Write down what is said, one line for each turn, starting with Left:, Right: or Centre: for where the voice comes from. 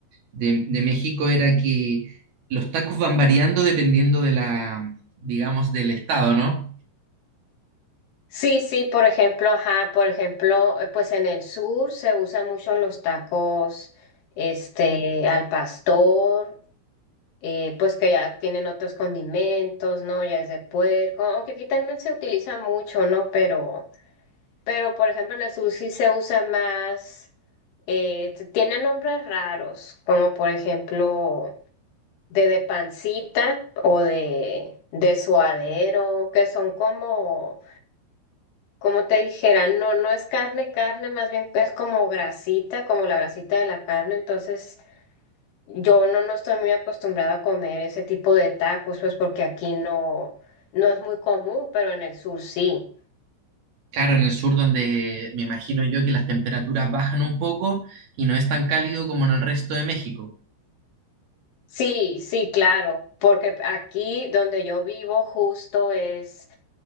Right: de, de México era que los tacos van variando dependiendo de la, digamos, del estado, ¿no?
Left: Sí, sí, por ejemplo, ajá, por ejemplo, eh, pues en el sur se usan mucho los tacos, este, al pastor, eh, pues que ya tienen otros condimentos, ¿no? Ya es de puerco, aunque aquí también se utiliza mucho, ¿no? Pero, pero por ejemplo, en el sur sí se usa más, eh, t- tiene nombres raros, como por ejemplo de de pancita o de de suadero, que son como como te dijera, no, no es carne, carne, más bien es como grasita, como la grasita de la carne, entonces yo no, no estoy muy acostumbrada a comer ese tipo de tacos, pues porque aquí no, no es muy común, pero en el sur sí.
Right: Claro, en el sur donde me imagino yo que las temperaturas bajan un poco y no es tan cálido como en el resto de México.
Left: Sí, sí, claro, porque aquí donde yo vivo justo es,